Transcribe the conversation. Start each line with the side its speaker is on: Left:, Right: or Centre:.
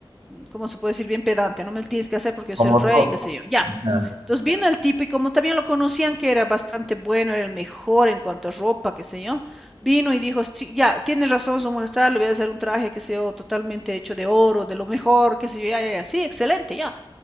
Centre: ¿cómo se puede decir? Bien pedante, ¿no? Me lo tienes que hacer porque yo
Right: como
Centre: soy el rey,
Right: todos.
Centre: qué sé yo. Ya.
Right: Ya,
Centre: Entonces vino el tipo y como también lo conocían que era bastante bueno, era el mejor en cuanto a ropa, qué sé yo, vino y dijo, "Sí, ya, tienes razón, su majestad, le voy a hacer un traje, qué sé yo, totalmente hecho de oro, de lo mejor, qué sé yo, ya, ya, ya, sí, excelente, ya